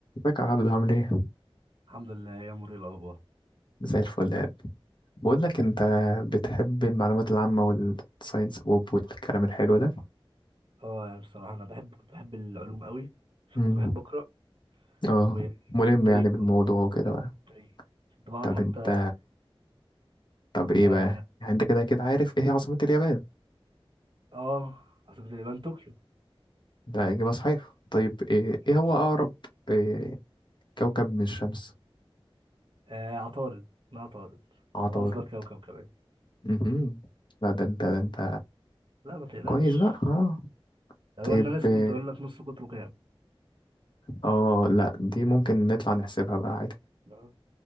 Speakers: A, on the left; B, on the right.
A: ازيك يا عبدو عامل ايه؟
B: الحمد لله يا مري الاخبار
A: زي الفل يا قلبي بقول لك انت بتحب المعلومات العامة والساينس ووب والكلام الحلو ده؟
B: اه يعني بصراحه انا بحب كنت بحب العلوم قوي
A: امم
B: كنت بحب اقرا
A: اه
B: والتاريخ
A: ملم يعني
B: برضه
A: بالموضوع وكده
B: اه
A: بقى
B: التاريخ كنت بقعد
A: طب
B: حتى
A: انت طب ايه
B: اه,
A: بقى؟ يعني انت كده كده عارف ايه هي عاصمة اليابان؟
B: آه عاصمه اليابان طوكيو
A: ده إجابة صحيحة طيب ايه
B: ماشي
A: ايه هو أقرب إيه كوكب من الشمس؟
B: آه عطارد ما عطارد
A: عطارد
B: واصغر كوكب كمان
A: امم لا ده انت ده انت
B: لا ما تقلقش
A: كويس بقى اه
B: لو
A: طيب
B: انا ناسي
A: إيه،
B: كنت اقول لك نص قطره كام
A: اه لا دي ممكن نطلع نحسبها بقى عادي
B: آه.